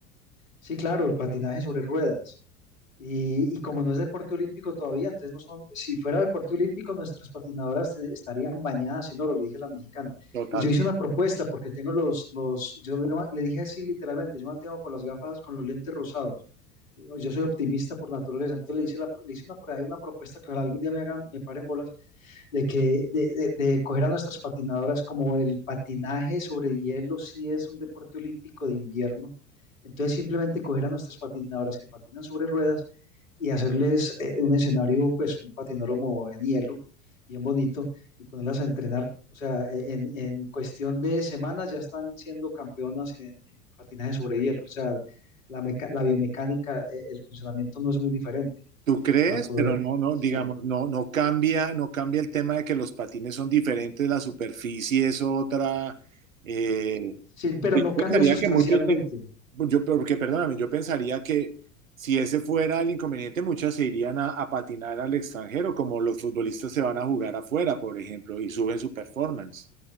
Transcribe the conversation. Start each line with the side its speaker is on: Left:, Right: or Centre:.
Left: Sí, claro, el patinaje sobre ruedas. Y, y como no es deporte olímpico todavía, entonces no son, si fuera deporte olímpico, nuestras patinadoras te- estarían bañadas en oro, le dije a la mexicana.
Right: total.
Left: Y yo hice una propuesta porque tengo los, los, yo me llama- le dije así literalmente, yo mantengo con las gafas, con los lentes rosados. Eh, Yo soy optimista por naturaleza, entonces le hice, la, le hice una, por ahí una propuesta que ojalá algún día me hagan, me paren bolas, de que, de, de, de coger a nuestras patinadoras como el patinaje sobre hielo, si es un deporte olímpico de invierno. Entonces simplemente coger a nuestras patinadoras que patinan sobre ruedas y hacerles eh, un escenario, pues un patinódromo en hielo, bien bonito, y ponerlas a entrenar. O sea, e- en, en cuestión de semanas ya están siendo campeonas en, en patinaje sobre hielo. O sea, la, meca- la biomecánica, eh, el funcionamiento no es muy diferente
Right: ¿Tú crees?
Left: para poder...
Right: Pero no, no,
Left: Sí,
Right: digamos, no, no cambia, no cambia el tema de que los patines son diferentes, la superficie es otra. eh,
Left: sí, pero
Right: pues,
Left: no
Right: yo pensaría
Left: cambia sustancialmente.
Right: que muchos, se- yo, porque perdóname, yo pensaría que si ese fuera el inconveniente, muchas se irían a, a patinar al extranjero, como los futbolistas se van a jugar afuera, por ejemplo, y suben su performance,